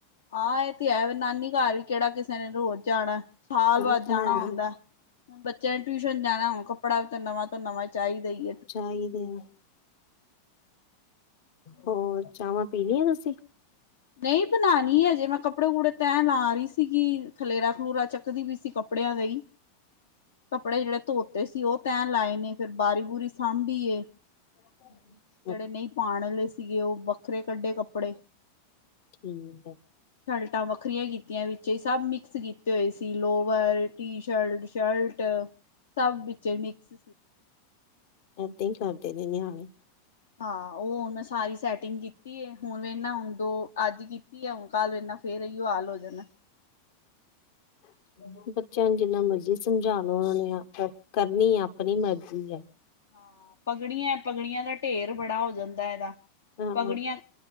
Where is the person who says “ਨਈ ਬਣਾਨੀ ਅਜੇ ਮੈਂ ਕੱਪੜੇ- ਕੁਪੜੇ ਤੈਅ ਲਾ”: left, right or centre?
Left